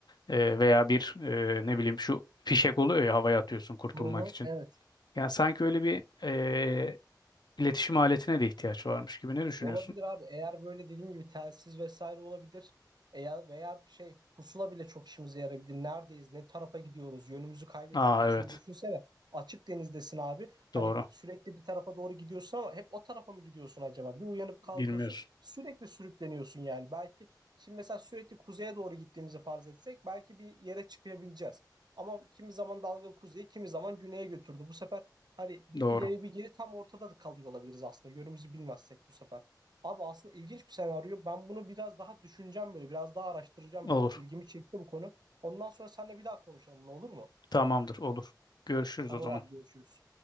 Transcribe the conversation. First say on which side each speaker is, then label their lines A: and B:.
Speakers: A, on the left; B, on the right.
A: E, veya bir e, ne bileyim şu fişek oluyor ya havaya atıyorsun kurtulmak
B: Hı hı,
A: için.
B: evet.
A: Yani sanki öyle bir e, İletişim aletine de ihtiyaç varmış gibi ne düşünüyorsun?
B: Olabilir abi. Eğer böyle dediğin gibi telsiz vesaire olabilir. Eğer veya şey pusula bile çok işimize yarayabilir. Neredeyiz? Ne tarafa gidiyoruz? Yönümüzü kaybettik
A: Aa
B: mi?
A: evet.
B: Çünkü düşünsene açık denizdesin abi. Hani
A: Doğru.
B: sürekli bir tarafa doğru gidiyorsun ama hep o tarafa mı gidiyorsun acaba? Bir uyanıp kalkıyorsun.
A: Bilmiyorsun.
B: Sürekli sürükleniyorsun yani. Belki şimdi mesela sürekli kuzeye doğru gittiğimizi farz etsek belki bir yere çıkabileceğiz. Ama kimi zaman dalga kuzeye, kimi zaman güneye götürdü. Bu sefer hani bir
A: Doğru.
B: ileri bir geri tam ortada da kalıyor olabiliriz aslında. Yönümüzü bilmezsek bu sefer. Abi aslında ilginç bir senaryo. Ben bunu biraz daha düşüneceğim böyle. Biraz daha araştıracağım
A: Olur.
B: böyle. İlgimi çekti bu konu. Ondan sonra seninle bir daha konuşalım. Ne olur mu?
A: Tamamdır, olur. Görüşürüz
B: Tamam
A: o zaman.
B: abi görüşürüz.